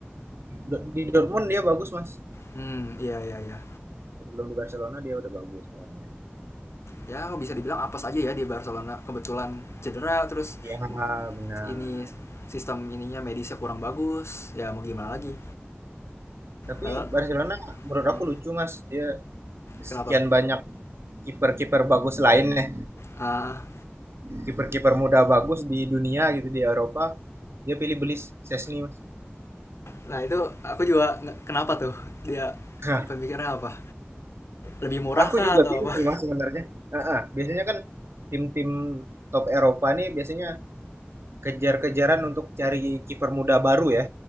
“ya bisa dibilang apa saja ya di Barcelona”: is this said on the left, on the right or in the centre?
Left